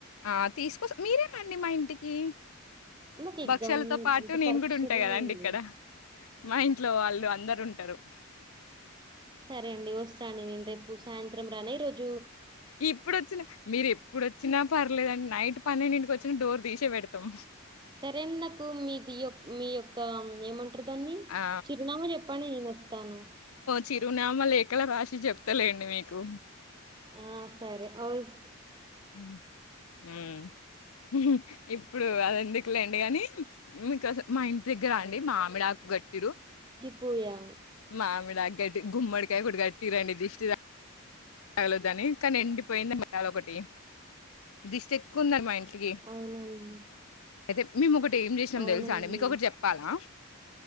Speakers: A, on the left; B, on the right.
A: ఆ తీసుకో మీరే రండి మా ఇంటికి
B: నాకు ఎగ్జామ్
A: భక్ష్యాలతో పాటు
B: అంటే
A: నేను
B: పరీక్షలు
A: కూడా ఉంటాకదండి
B: ఉన్నాయండి
A: ఇక్కడ మా ఇంట్లో వాళ్ళు అందర్ రుంటారు
B: సరే అండి వస్తాండి నేను రేపు సాయంత్రంరానా ఈ రోజు
A: ఇప్పుడొచ్చిన మీరు ఎప్పుడొచ్చిన పర్లేదన్డి నైట్ పన్నెడింటికి వచ్చిన డోర్ తీసే పెడతాం
B: సరే ఆన్ నాకు మీది మీ యొక్క ఏమంట టార్దాన్ని
A: ఆ!
B: చిరునామా చెప్పండి నేను వస్తాను
A: చిరునామ లేఖలో రాశి చెప్తలేండి మీకు
B: ఉమ్ సరే అవుస్
A: హమ్ ఇప్పు ఇప్పుడు అది ఎందుకులేండి గానీ మీకస మా ఇంటి దగ్గర అండి మామిడాకు గట్టిరు
B: పోయా
A: మామిడాకూగట్టి గుమ్మడికాయగూడా కట్టి రండి దిష్టి తగల దాని కానీ ఎండిపోయింది మాది ఒకటి దిష్టి ఎక్కువందండి మా ఇంట్లో
B: అవునండి
A: అయితే మేము ఒకటి ఏం చేసినాం
B: అవునండి
A: తెలుసా అండి మీకు ఒకటి చెప్పాలా